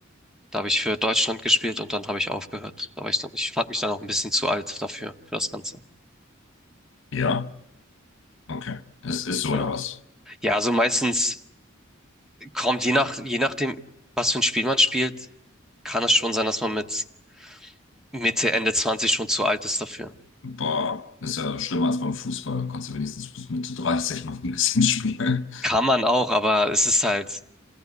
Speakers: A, in the centre; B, on the left (about 65°).
A: Da habe ich für Deutschland gespielt und dann habe ich aufgehört. Aber ich, ich fand mich dann auch ein bisschen zu alt dafür, für das Ganze.
B: ja, okay. Es ist so
A: Ja,
B: oder was?
A: ja, also meistens kommt je nach, je nachdem, was für ein Spiel man spielt, kann es schon sein, dass man mit Mitte, Ende 20 schon zu alt ist dafür.
B: Boah, ist ja schlimmer als beim Fußball. Kannst du wenigstens bis Mitte 30 noch ein bisschen <laughs> spielen.
A: Kann man auch, aber es ist halt